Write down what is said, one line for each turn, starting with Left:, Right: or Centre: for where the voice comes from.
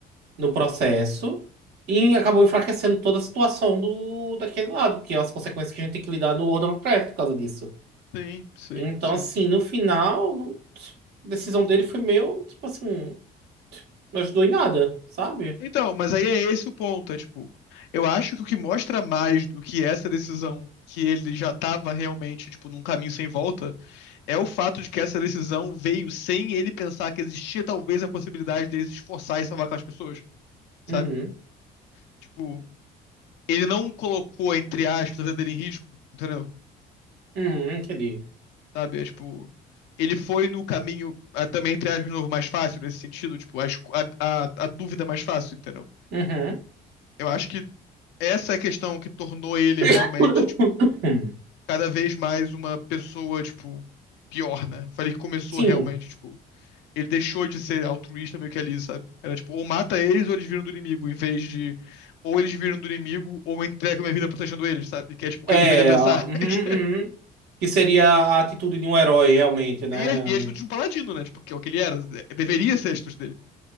Right: no processo e acabou enfraquecendo toda a situação do, daquele lado, que é as consequências que a gente tem que lidar no World of Warcraft por causa disso.
Left: sim, sim,
Right: Então,
Left: sim.
Right: assim, no final, não- a decisão dele foi meio, tipo assim, não ajudou em nada, sabe?
Left: Então, mas aí é esse o ponto, é tipo, eu acho que o que mostra mais do que essa decisão que ele já tava realmente, tipo, num caminho sem volta, é o fato de que essa decisão veio sem ele pensar que existia talvez a possibilidade dele se esforçar e salvar aquelas pessoas, sabe?
Right: Uhum,
Left: Tipo, ele não colocou, entre aspas, a vida dele em risco, entendeu?
Right: uhum, entendi.
Left: Sabe? É tipo, ele foi no caminho, ah, também, entre aspas, de novo, mais fácil nesse sentido, tipo, a, esco- a, a a dúvida é mais fácil, entendeu?
Right: Uhum.
Left: Eu acho que essa é a questão que tornou ele realmente,
Right: <laughs> Hum,
Left: cada vez mais uma pessoa, tipo, pior, né? Falei que começou
Right: Sim,
Left: realmente, tipo, ele deixou de ser altruísta meio que ali, sabe? Era tipo, ou mata eles ou eles viram do inimigo, em vez de ou eles viram do inimigo ou eu entrego minha vida protegendo eles, sabe? Que é tipo o
Right: é,
Left: que ele deveria pensar.
Right: ó, uhum,
Left: <laughs>
Right: uhum. Que seria a atitude de um herói, realmente, né?
Left: E a, e a atitude de um paladino, né? Tipo, que é o que ele era. né? Deveria ser a atitude dele.